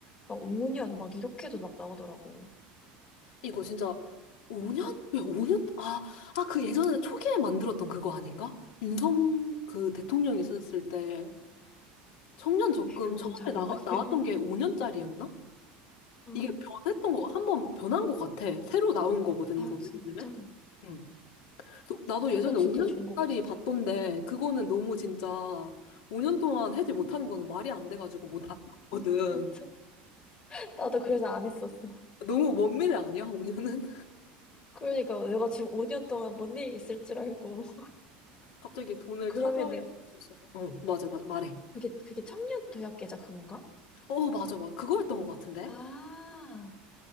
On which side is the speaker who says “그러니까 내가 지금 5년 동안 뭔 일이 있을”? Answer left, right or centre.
Left